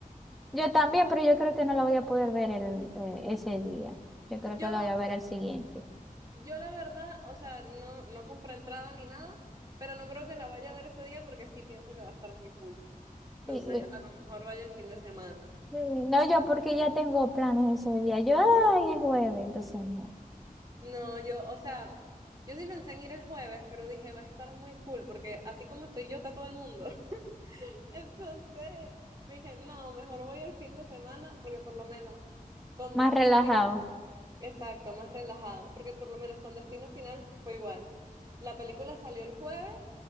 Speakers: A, in the centre; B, on the right.
A: Yo también, pero yo creo que no lo voy a poder ver el, eh, ese día. Yo creo
B: Yo
A: que lo voy a ver el siguiente.
B: Yo la verdad, o sea, no, no compré entrada ni nada, pero no creo que la vaya a ver ese día porque sí pienso que va a estar muy full. Entonces,
A: Y- y-
B: a lo mejor vaya el fin de semana.
A: y No yo, porque ya tengo planes ese día. Yo, ay, es jueves, entonces no.
B: No, yo, o sea, yo sí pensé en ir el jueves, pero dije, va a estar muy full porque así como estoy yo, está todo el mundo. <laughs> Entonces, dije, no, mejor voy el fin de semana porque por lo menos con
A: Más
B: Destino
A: relajado.
B: Final Exacto, más relajado, porque por lo menos con Destino Final fue igual. La película salió el jueves